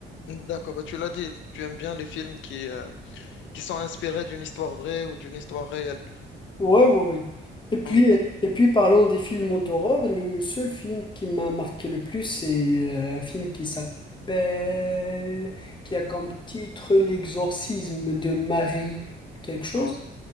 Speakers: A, on the left (about 75°); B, on the left (about 25°).
A: D'accord, bah, tu l'as dit, tu aimes bien les films qui, euh, qui sont inspirés d'une histoire vraie ou d'une histoire réelle.
B: Ouais, ouais, oui. Et puis,
A: Hum,
B: euh, et puis parlons des films d'horreur. Le seul film qui m'a marqué le plus, c'est euh, un film qui s'appelle, qui a comme titre L'exorcisme de Marie quelque chose.
A: hum. Oh,